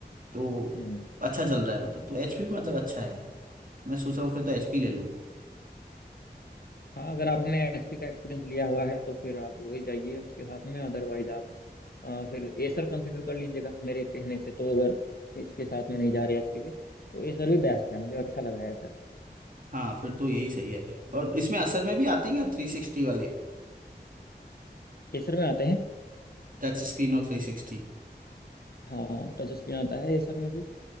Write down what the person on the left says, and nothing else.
हम्म।
हाँ अगर आपने एचपी का एक्सपीरियंस लिया हुआ है तो फिर आप वही जाइए उसके साथ में अदरवाइज आप अ, फिर एसर कंसिडर कर लीजिएगा मेरे कहने से तो अगर इसके साथ में नहीं जा रहे एचपी के तो एसर भी बेस्ट है मुझे अच्छा लगा है एसर
एसर में आते हैं
हाँ टच स्क्रीन आता है एसर में भी